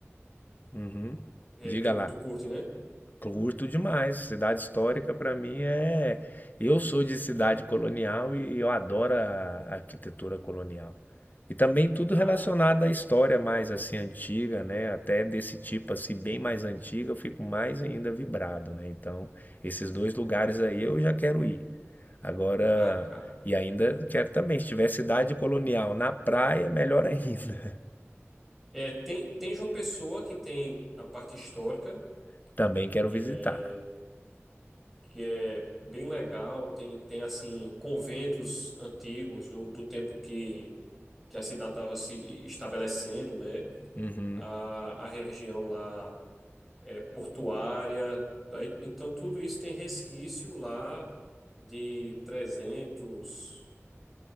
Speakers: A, on the left; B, in the centre.
A: Uhum.
B: é,
A: Diga
B: tu,
A: lá.
B: tu curte, né?
A: Curto demais. Cidade histórica para mim é. Eu sou de cidade colonial e eu adoro a a arquitetura colonial. E também tudo
B: A,
A: relacionado à história mais assim antiga, né? Até desse tipo assim bem mais antiga, eu fico mais ainda vibrado, né? Então, esses dois lugares aí eu já quero ir. Agora,
B: a cara.
A: e ainda quero também, se tiver cidade colonial na praia, melhor ainda.
B: É, tem, tem João Pessoa que tem a parte histórica,
A: <laughs> Também quero
B: é,
A: visitar.
B: que é bem legal. Tem, tem assim, conventos antigos do, do tempo que, que a cidade estava se estabelecendo, né?
A: Uhum.
B: A, a região lá é portuária. Aí, Então, tudo isso tem resquício lá de trezentos